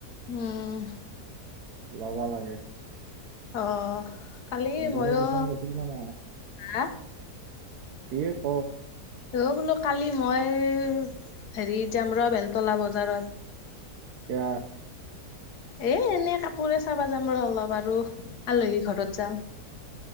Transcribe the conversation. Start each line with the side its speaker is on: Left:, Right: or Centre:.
Left: উম
Right: লবা লাগে।
Left: অ কালি
Right: গুণু
Left: মইও
Right: টিউচন গৈছিল নে নাই
Left: হা।
Right: কি ক।
Left: অ বোলো কালি মই হেৰিত যাম ৰ বেলতলা বজাৰত।
Right: কিয়।
Left: এ এনে কাপোৰে চাবা যাম ৰ অলপ আৰু আলহী ঘৰত যাম <inaudible>